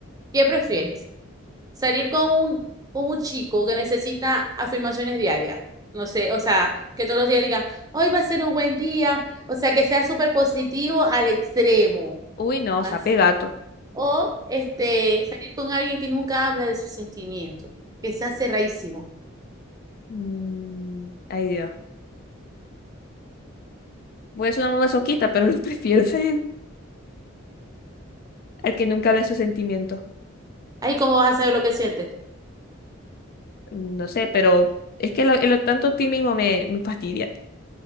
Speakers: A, on the right; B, on the left.
A: ¿Qué prefieres? ¿Salir con un, con un chico que necesita afirmaciones diarias? No sé, o sea, que todos los días diga, hoy va a ser un buen día, o sea, que sea súper positivo al extremo.
B: Uy, no,
A: As-
B: sape gato.
A: O este, salir con alguien que nunca habla de sus sentimientos, que sea cerradísimo.
B: Mm, Ay, Dios. Voy a ser una muy masoquista, pero <laughs> lo prefiero a él, al que nunca ve sus sentimientos.
A: Ahí, ¿cómo vas a saber lo que sientes?
B: No sé, pero es que lo, lo tanto optimismo me, me fastidia.